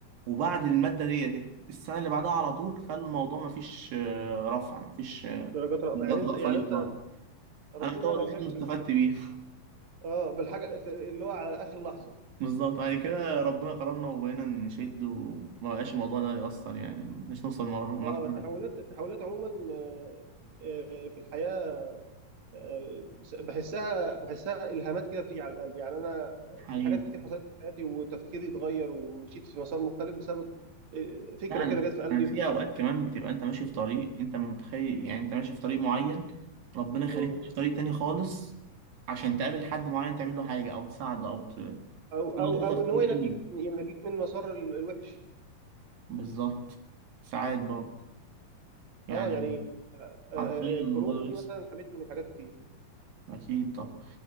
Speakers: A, on the right (about 85°); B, on the right (about 55°).
A: وبعد الماده ديت السنه اللي بعدها على طول خلوا الموضوع مفيش آه، رفع مفيش آه،
B: درجات رأفة
A: درجات
B: يعني انت
A: ولا
B: يعني
A: فاضي
B: انت
A: خالص
B: ربنا
A: انا طبعا الوحيد
B: نجاك
A: اللي استفدت بيها
B: اه بالحاجه في- اللي هو على اخر لحظه
A: بالظبط بعد كده ربنا كرمنا وبقينا نشد وما بقاش الموضوع ده يأثر يعني مش نوصل لمرحلة
B: اه التحولات التحولات عموما آه، آه، في الحياه آه، بحسها بحسها الهامات كده بتيجي على القلب يعني انا آه،
A: <laughs> حقيقي
B: في حاجات كتير حصلت لي في حياتي وتفكيري اتغير ومشيت في مسار مختلف بسبب آه، فكره
A: لا أنا
B: كده جت في قلبي
A: أنا
B: مرة
A: في
B: واحدة.
A: أوقات كمان بتبقى أنت ماشي في طريق أنت متخيل يعني أنت ماشي في طريق معين ربنا يخليك
B: مم.
A: تمشي في طريق تاني خالص عشان تقابل حد معين تعمل له حاجة أو تساعده أو ت...
B: او او
A: تظهر
B: او ان
A: كتير
B: هو ينجيك
A: أوي
B: ينجيك من مسار ال- الوحش
A: بالظبط ساعات برضه يعني
B: اه يعني آه، آه،
A: حرفيا
B: آه، الكورونا
A: الموضوع
B: دي
A: بيحصل
B: مثلا حمتني من حاجات كتير
A: أكيد طب